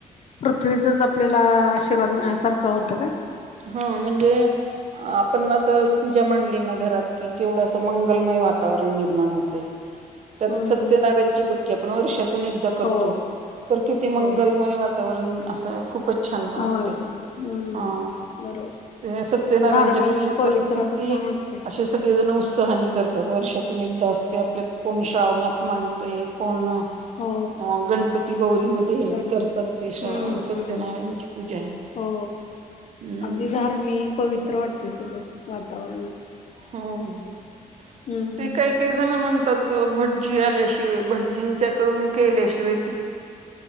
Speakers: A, on the left (about 50°); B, on the right (about 50°).
A: पृथ्वीचच आपल्याला आशीर्वाद मिळण्यासारखं होतं का.
B: हा म्हणजे. आपण आता पूजा मांडली ना घरात कि केवढस मंगलमय वातावरण निर्माण होते.
A: <unintelligible>
B: त्यात सत्यनारायणची
A: हम्म.
B: बघ की आपण वर्षातून एकदा करतो
A: हो
B: तर किती
A: हो
B: मंगलमय. ववरून असं खूपच छान वाटते
A: होय हो हम्म
B: हा.
A: <unintelligible>
B: ते सत्यनारायच्या
A: धार्मिक
B: पूजेत
A: पवित्र
B: तर किती
A: असं छान वाटते
B: अ- ते सगळे जण उत्साहानी करतात वर्षातून एकदा असते, आपल्यात कोण श्रावणात मानतय कोण-
A: हो
B: अ.. गणपती गौरीमध्ये
A: गणपतीत
B: करतात ते सत्यनारायणची
A: हम्म हम्म
B: पूजा.
A: हो,
B: हम्म
A: अगदी धार्मिक पवित्र वाटते सगळं वातावरणच.
B: हम <unintelligible>
A: हम्म हम्म
B: ते काही
A: हम्म.
B: ते- जण म्हणतात, भटजी आल्याशिवाय भटजींच्याकडून केल्याशिवाय त-